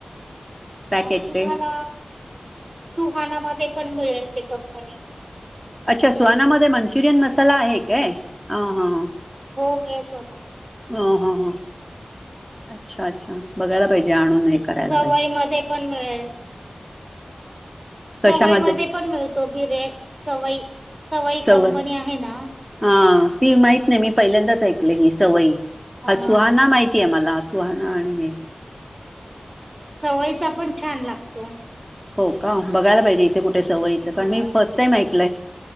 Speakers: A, in the centre; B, on the right (about 35°).
A: पॅकेट
B: अ तुम्हाला...
A: ते
B: सुहानामध्ये पण मिळेल ते कंपनी...
A: अच्छा सुहानामध्ये मंचुरियन मसाला आहे काय ह हा..
B: हो मिळतो ना.
A: ह हा हा अच्छा अच्छा बघायला पाहिजे. आणून हे करायला
B: सवय
A: पाहिजे
B: म पण मिळेल. सवय
A: कशामध्ये
B: म पण मिळतो बिरेड सवई सवई
A: सवय
B: कंपनी आहे ना...
A: हां ती माहित नाही मी पहिल्यांदाच ऐकलं ह... सवई हा
B: अ
A: सुहाना माहितीय आहे मला सुहाना... हो आहे.
B: सवयचा पण छान लागतो. हो.
A: हो का बघायला पाहिजे. कुठे सवयचं
B: हो
A: मी फर्टाईम ऐकते